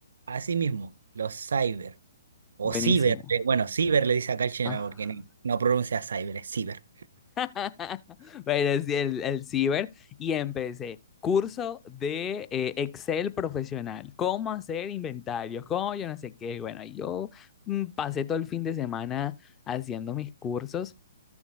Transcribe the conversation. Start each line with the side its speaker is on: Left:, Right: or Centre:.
Right: Así mismo, los cyber. O
Left: Buenísimo.
Right: ciber. le- Bueno, ciber le dice acá el chileno
Left: Ah.
Right: porque no, no pronuncia cyber, es ciber.
Left: <laughs> Bueno, sí, el, el Cyber. Y empecé. Curso de eh, Excel profesional, cómo hacer inventarios, cómo yo no sé qué. Bueno, y yo mm, pasé todo el fin de semana haciendo mis cursos